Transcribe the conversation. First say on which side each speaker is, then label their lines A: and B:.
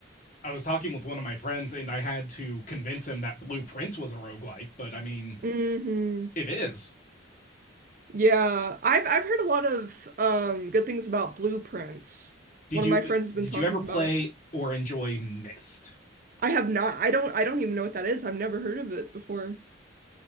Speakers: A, on the left; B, on the right.
A: I was talking with one of my friends and I had to convince him that Blue Prince was a roguelike, but I mean,
B: hmm
A: it is.
B: Yeah, I've I've heard a lot of um good things about blueprints.
A: Did
B: One
A: you
B: of my friends
A: uh,
B: has been
A: did
B: talking
A: you ever play
B: about it.
A: or enjoy Mist?
B: I have not. I don't. I don't even know what that is. I've never heard of it before.